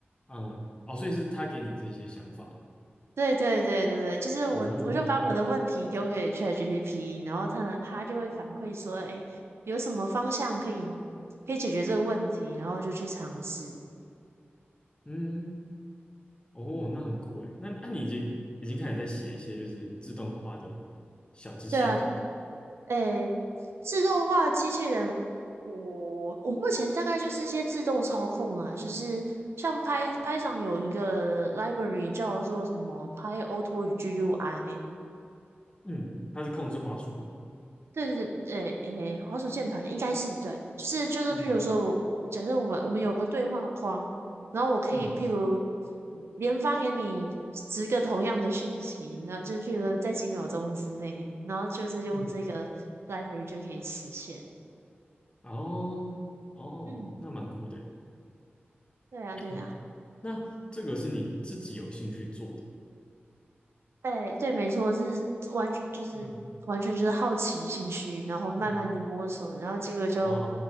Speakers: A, on the left; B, on the right.
A: 嗯哦，所以是他给你这些想法
B: 对对对对对，就是我，
A: 哦，
B: 我就把我的问题丢给
A: 嗯
B: ChatGPT，然后它呢，它就会反馈说，哎，有什么方向可以可以解决这个问题，然后就去尝试。
A: 嗯哦，那很酷诶。那那、你已经已经开始在写一些就是自动化的小机器人了吗？
B: 对啊，诶，自动化机器人，我我目前大概就是一些自动操控啦，就是像 Py p y t 有一个 library 叫做什么 PyAuto GUI，
A: 嗯，它是控制滑鼠吗？
B: 对对对，诶诶，滑鼠键盘应该是对，就是就是，
A: 嗯
B: 譬如说我，假设我们我们有个对话框，然后我可以譬如
A: 嗯
B: 连发给你十个同样的讯息，然后就是譬如说在几秒钟之内，然后就是用这个
A: 嗯，
B: library 就可以实现。
A: 哦哦，
B: 嗯，
A: 那蛮酷的诶
B: 对啊，对啊，
A: 嗯那这个是你自己有兴趣做的吗？
B: 对对，没错，就是完全就是完全就是好奇兴趣，
A: 嗯
B: 然后慢慢的摸索，
A: 嗯
B: 然后结果就
A: 啊